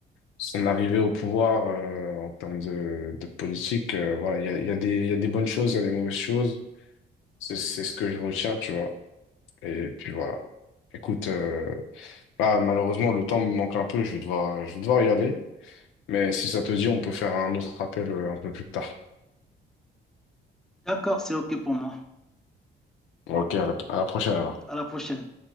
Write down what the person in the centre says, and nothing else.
D'accord, c'est OK pour moi.
À la prochaine.